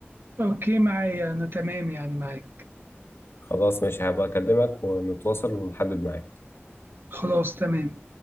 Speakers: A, on the right (about 55°); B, on the left (about 65°).
A: اوكي معايا انا تمام يعني معاك
B: خلاص ماشي هبقى اكلمك ونتواصل ونحدد ميعاد
A: خلاص تمام